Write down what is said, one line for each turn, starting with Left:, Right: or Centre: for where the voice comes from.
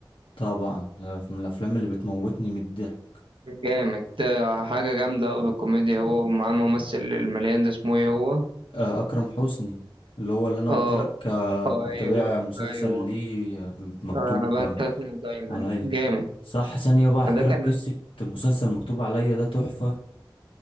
Left: طبعا آه، من الافلام اللي بتموتني من الضحك
Right: جامد ده حاجة جامدة أوي بالكوميديا هو ومعاه الممثل المليان ده اسمه إيه هو؟
Left: آه، اكرم حسني اللي هو اللي انا
Right: اه
Left: قلت لك آه،
Right: اه
Left: بتابع
Right: أيوه
Left: مسلسل
Right: أيوه
Left: ليه آه، مكتوب
Right: أنا بنسى
Left: آه،
Right: اسمه دايما
Left: عليا
Right: جامد
Left: صح ثانيه بقى احكي
Right: ده كان
Left: لك قصه مسلسل مكتوب عليا ده تحفه